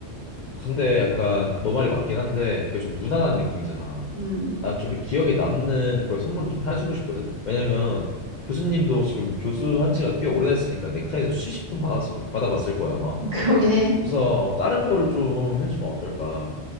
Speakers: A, on the left; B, on the right.
A: 근데 약간 너 말이 맞긴 한데 그 좀 무난한 느낌이잖아.
B: 음,
A: 난 좀 기억에 남는 그런 선물을 좀 해주고 싶거든. 왜냐면 교수님도 지금 교수한 지가 꽤 오래됐으니까 넥타이는 수십 번 받았, 받아봤을 거야 아마.
B: <laughs> 그러긴 해.
A: 그래서 다른 거를 좀 해주면 어떨까?